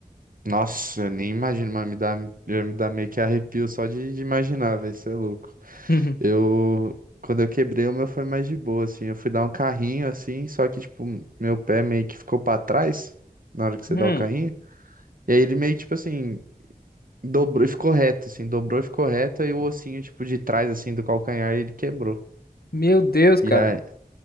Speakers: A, on the right; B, on the left.
A: Nossa, eu nem imagino, mas me dá, já me dá meio que arrepio só de, de imaginar, velho, isso é louco.
B: <laughs> Uhum.
A: Eu, quando eu quebrei, o meu foi mais de boa, assim, eu fui dar um carrinho, assim, só que, tipo, meu pé meio que ficou pra trás, na hora que você
B: Hum,
A: dá o carrinho, e aí ele meio que, tipo assim, dobrou e ficou reto, assim, dobrou e ficou reto, aí o ossinho, tipo, de trás, assim, do calcanhar, ele quebrou.
B: Meu Deus,
A: E
B: cara.
A: aí,